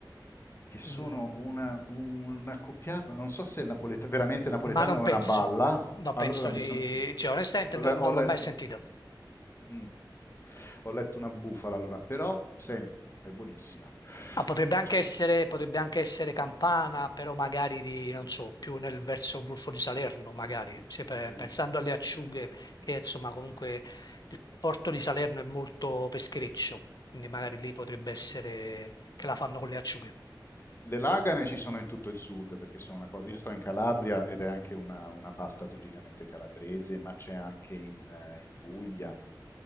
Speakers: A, on the left; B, on the left.
A: che sono
B: Mm,
A: una, una coppiata, non so se è napoleta- veramente napoletana
B: ma non
A: o
B: penso,
A: è una balla,
B: no,
A: allora
B: penso
A: mi
B: di...
A: sono...
B: Cioè, onestamente
A: Ho,
B: no-
A: le- ho
B: non
A: letto...
B: l'ho mai sentito.
A: mm. Ho letto una bufala allora, però senti, è buonissima.
B: Ah, potrebbe anche
A: Cioè,
B: essere, potrebbe anche essere Campana, però magari di, non so, più nel verso Golfo di Salerno, magari. Se pe-
A: sì.
B: pensando alle acciughe, che insomma comunque il porto di Salerno è molto peschereccio, quindi magari lì potrebbe essere che la fanno con le acciughe.
A: Le lagane ci sono in tutto il sud, perché sono una cosa... Io sto in Calabria ed è anche una, una pasta tipicamente calabrese, ma c'è anche in, eh, in Puglia.